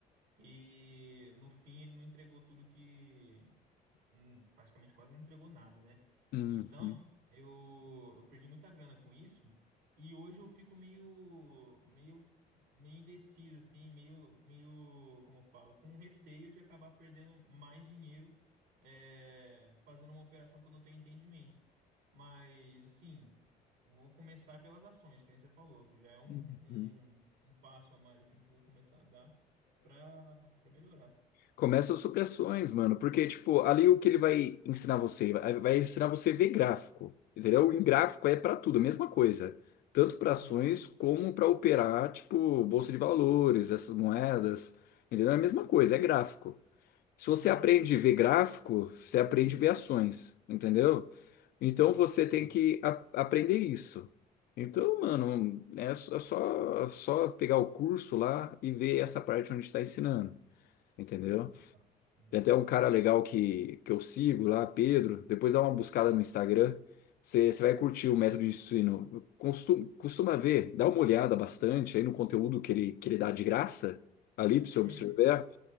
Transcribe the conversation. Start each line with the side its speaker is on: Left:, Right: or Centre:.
Right: e no fim ele não entregou tudo que, hum, praticamente quase não entregou nada, né?
Left: uhum,
Right: Então, eu, eu perdi muita grana com isso e hoje eu fico meio, meio, meio indeciso, assim, meio, meio, como eu falo, com receio de acabar perdendo mais dinheiro é, fazendo uma operação que eu não tenho entendimento. Mas, assim, vou começar pelas ações, que nem você falou. Já é um,
Left: uhum.
Right: um, um passo a mais, assim, que eu vou começar a dar para melhorar.
Left: Começa as supressões, mano, porque, tipo, ali o que ele vai ensinar você? Vai vai ensinar você a ver gráfico, entendeu? Em gráfico é pra tudo, a mesma coisa. Tanto pra ações
Right: Uhum,
Left: como pra operar, tipo, bolsa de valores, essas moedas, entendeu? É a mesma coisa, é gráfico. Se você
Right: uhum,
Left: aprende a ver gráfico, você aprende a ver ações, entendeu? Então
Right: entendi.
Left: você tem que a- aprender isso. Então, mano, é só, é só só pegar o curso lá e ver essa parte onde está ensinando, entendeu?
Right: Legal, legal.
Left: Tem até um cara legal que, que eu sigo lá, Pedro. Depois dá uma buscada no Instagram. Você vai curtir o método de ensino. Costuma, costuma ver, dá uma olhada bastante aí no conteúdo que ele, que ele dá de graça ali para você observar.
Right: Hum,